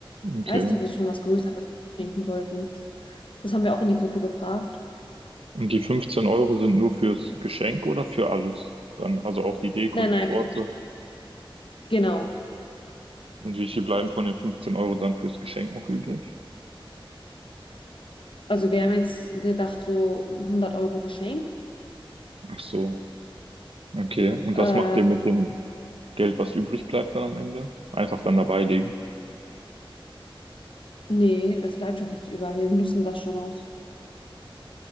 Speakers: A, on the right; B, on the left.
A: Okay.
B: Weiß nicht, ob wir schon was Größeres schenken sollten. Das haben wir auch in die Gruppe gefragt.
A: Und die 15 Euro sind nur fürs Geschenk oder für alles? Dann, also auch die Deko,
B: Nein,
A: die
B: nein,
A: Torte.
B: für, genau.
A: Und wie viel bleiben von den 15 Euro dann fürs Geschenk noch übrig?
B: Also wir haben jetzt gedacht, so 100 Euro Geschenk.
A: Ach so. Okay. Und
B: Äh,
A: was macht ihr mit dem Geld, was übrig bleibt dann am Ende? Einfach dann dabei legen.
B: nee, das bleibt schon nichts über. Wir nutzen das schon aus.